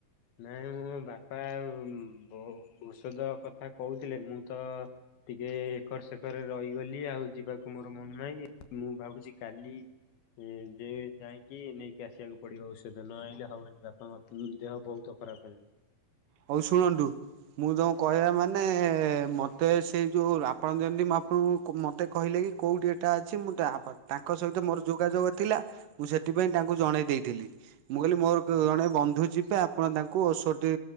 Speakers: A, on the left; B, on the right.
A: ନାଇଁ, ମୋ ବାପା ବ ଔଷଧ କଥା କହୁଥିଲେ। ମୁଁ ତ ଟିକେ ଏକର ସେକରରେ ରହିଗଲି ଆଉ, ଯିବାକୁ ମୋର ମନ ନାହିଁ। ମୁଁ ଭାବୁଛି କାଲି ଏଯେ ଯାଇଁକି ନେଇକି ଆସିବାକୁ ପଡିବ ଔଷଧ। ନ ଆଇଁଲେ ହବନି, ବାପା ମତେ ଦେହ ବହୁତ ଖେଳେ
B: ହଉ ଶୁଣନ୍ତୁ? ମୁଁ ଯଉଁ କହିଆ ମାନେ-ଏ, ମୋତେ ସେଇ ଯଉ ଆପଣ ଯେମିତିଁ, ମୁଁ ଆପଣଙ୍କୁ ମୋତେ କହିଲେ କି କୋଉଠି ଏଟା ଅଛି? ମୁଁ ତାପାଖ୍, ତାଙ୍କ ସହିତ ମୋର ଯୋଗାଯୋଗ ଥିଲା। ମୁଁ ସେଥିପାଇଁ ତାଙ୍କୁ ଜଣେଇ ଦେଇଥିଲି। ମୁଁ କହିଲି, ମୋର କଣେ ବନ୍ଧୁ ଯିବେ, ଆପଣ ତାଙ୍କୁ ଔଷଟିି